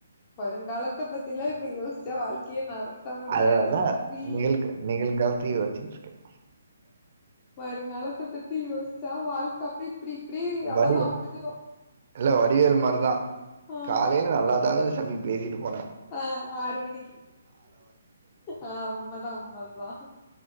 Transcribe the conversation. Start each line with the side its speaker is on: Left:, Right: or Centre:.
Left: வருங்காலத்த பத்தியெல்லா இப்ப யோச்சா வாழ்க்கையே நட த்த முடியாது
Right: அதனாலதான்
Left: தம்பி
Right: நிகழ் நிகழ்காலத்தையும் யோசிச்சுட்டு இருக்கேன்
Left: வருங்காலத்த பத்தி யோஸ்ச்சா வாழ்க்க அப்டி இப்டி இப்டி அவ்ளோதா
Right: வடிய
Left: முடிஞ்சிரு
Right: இல்ல வடிவேலு மார்தா
Left: ஆ
Right: காலைல நல்லாதா சம்மி பேசிட்டு போன
Left: அ ஆறு மணிக்கு ஆ உண்மதா உண்மதா